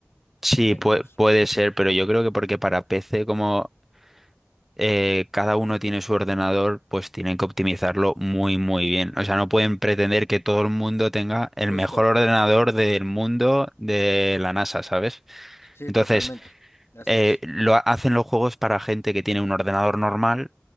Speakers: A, in the centre; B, on the left.
A: Sí,
B: condenados.
A: pue- puede ser, pero yo creo que porque para PC, como eh, cada uno tiene su ordenador, pues tienen que optimizarlo muy, muy bien. O sea, no pueden pretender que todo el mundo tenga el
B: Justo.
A: mejor ordenador del mundo de la NASA, ¿sabes?
B: Sí,
A: Entonces,
B: totalmente. Así
A: eh,
B: es.
A: lo ha- hacen los juegos para gente que tiene un ordenador normal